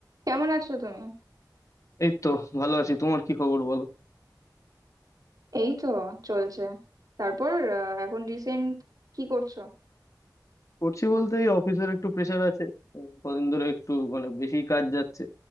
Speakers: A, on the right; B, on the left.
A: কেমন আছো তুমি
B: এই তো ভালো আছি তোমার কি খবর বলো
A: এই তো চলছে তারপর আহ, এখন রিসেন্ট কি করছো
B: করছি বলতে এই অফিসের একটু প্রেশার আছে উম, কদিন ধরে একটু মানে বেশি কাজ যাচ্ছে